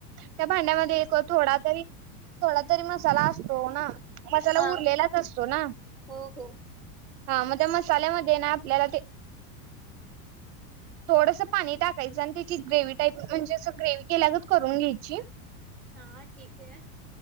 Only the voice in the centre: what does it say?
हा
हो हो
हा ठीक हय